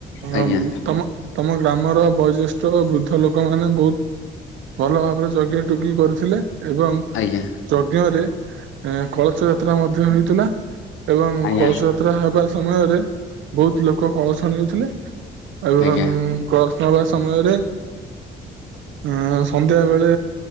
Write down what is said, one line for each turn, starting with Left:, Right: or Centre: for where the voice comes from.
Left: ଆଜ୍ଞା
Right: ଅଁ ତମ ତମ ଗ୍ରାମର ବୟଜ୍ୟେଷ୍ଠ ବୃଦ୍ଧ ଲୋକମାନେ ବହୁତ। ଭଲ ଭାବରେ ଜଜ୍ଞ ଟିକି କରିଥିଲେ ଏବଂ।
Left: ଆଜ୍ଞା।
Right: ଯଜ୍ଞ ରେ ଏଁ କଳସ ଯାତ୍ରା ମଧ୍ୟ ହୋଇଥିଲା। ଏବଂ
Left: ଆଜ୍ଞା
Right: କଳସ ଯାତ୍ରା ହେବା ସମୟରେ ବହୁତ ଲୋକ କଳସ ନେଉଥିଲେ। ଏବଂ
Left: ଆଜ୍ଞା
Right: କଳସ ନେବା ସମୟରେ ଅଁ। ସନ୍ଧ୍ୟାବେଳେ